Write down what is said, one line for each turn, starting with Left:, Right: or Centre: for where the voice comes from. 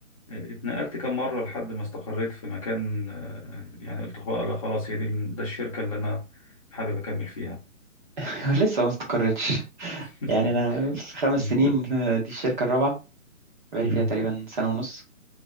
Left: اتنقلت كم مره لحد ما استقريت في مكان آه، يعني قلت بقى لا خلاص هي دي ده الشركه اللي انا حابب اكمل فيها
Right: <laughs> لسه ما استقرتش
Left: <laughs>
Right: يعني انا في خمس
Left: مم.
Right: سنين آه، دي الشركه الرابعه بقالي
Left: مم.
Right: فيها تقريبا سنه ونص